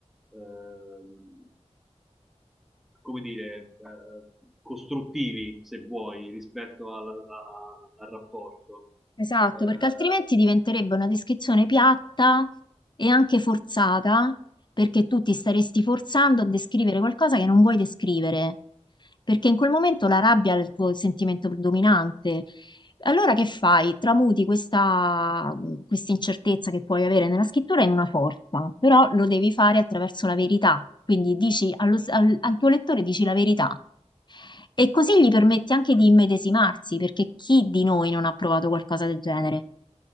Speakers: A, in the centre; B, on the left.
A: ehm, come dire, eh, costruttivi, se vuoi, rispetto alla- a- al rapporto.
B: Esatto,
A: Eh,
B: perché altrimenti diventerebbe una descrizione piatta e anche forzata, perché tu ti staresti forzando a descrivere qualcosa che non vuoi descrivere, perché in quel momento la rabbia è il tuo sentimento predominante. Allora che fai? Tramuti questa, questa incertezza che puoi avere nella scrittura in una forza, però lo devi fare attraverso la verità. Quindi dici allo- al al tuo lettore dici la verità. E così gli permette anche di immedesimarsi, perché chi di noi non ha provato qualcosa del genere?